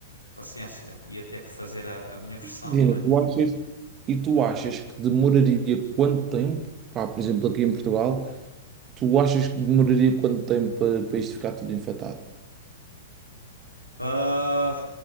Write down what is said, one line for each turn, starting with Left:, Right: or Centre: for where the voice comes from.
Left: paciência, ia ter que fazer a, a minha versão,
Right: Dina,
Left: não é?
Right: tu achas, e tu achas que demoraria quanto tempo, pá, por exemplo, aqui em Portugal, tu achas que demoraria quanto tempo para, para isto ficar tudo infectado?
Left: Ah,